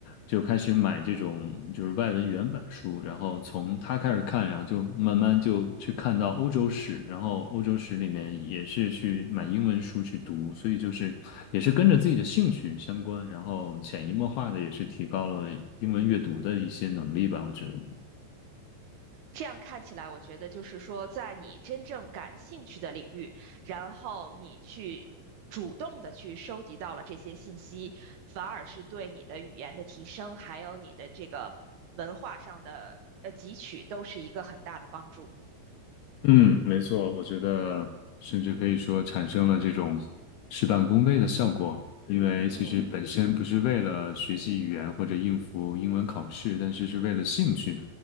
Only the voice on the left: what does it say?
就开始买这种就是外文原原本书，然后从他开始看，然后就慢慢就去看到欧洲史，然后欧洲史里面也是去买英文书去读，所以就是也是跟着自己的兴趣相关，然后潜移默化的也是提高了英文阅读的一些能力吧，我觉得。
嗯，没错，我觉得甚至可以说产生了这种事半功倍的效果，因为其实本身不是为了学习语言或者应付英文考试，
但是是为了兴趣，